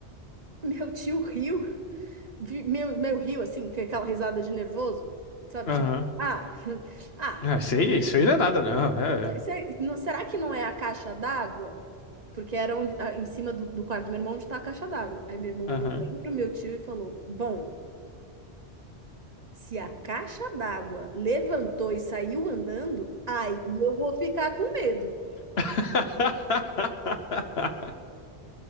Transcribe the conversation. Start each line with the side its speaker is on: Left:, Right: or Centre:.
Right: <laughs> Meu tio riu, vi- meu, meu riu assim, com aquela risada de nervoso, sabe?
Left: Aham.
Right: Tipo, ah, <laughs> ah,
Left: Ah, isso aí, isso aí não é nada, não. É, é.
Right: se- não- será que não é a caixa d'água? Porque era onde, ah, em cima do, do quarto do meu irmão onde tá a caixa d'água. Aí meu irmão
Left: Aham.
Right: olhou bem pro meu tio e falou: Bom. Se a caixa d'água levantou e saiu andando, aí eu vou ficar com medo.
Left: <laughs>